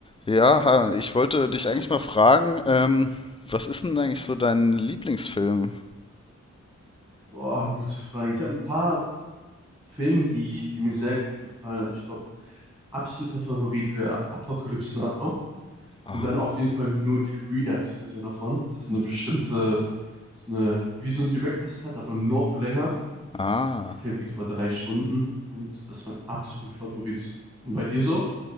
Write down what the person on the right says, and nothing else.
Boah, gute Frage. Ich habe ein paar Filme, die, die mir sehr gut gefallen, aber ich glaube, absoluter Favorit wäre Apocalypse Now.
Und dann auf jeden Fall nur die Redux-Version davon. Das ist eine bestimmte, ist eine, wie so ein Director's Cut, aber noch länger.
Der Film geht über drei Stunden und das ist mein absoluter Favorit. Und bei dir so?